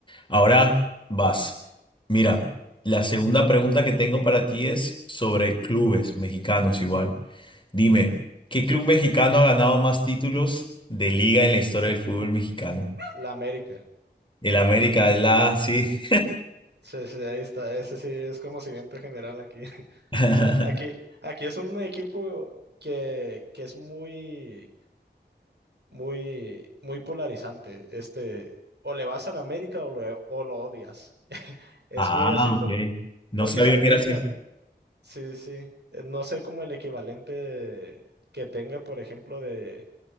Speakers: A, on the left; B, on the right.
A: Ahora vas. Mira, la segunda pregunta que tengo para ti es sobre clubes mexicanos igual. Dime, ¿qué club mexicano ha ganado más títulos de liga en la historia del fútbol mexicano?
B: La América.
A: El América es la, sí.
B: Sí, sí, ahí está. Ese sí es conocimiento general aquí. <laughs>
A: <laughs>
B: Aquí, aquí es un equipo que, que es muy, muy, muy polarizante. Este, o le vas a la América o lo, o lo odias. Es
A: Ah,
B: muy así por-
A: ok. No
B: porque
A: sabía
B: la América
A: que era así.
B: Sí, sí. Eh, No sé cómo el equivalente de- que tenga, por ejemplo, de,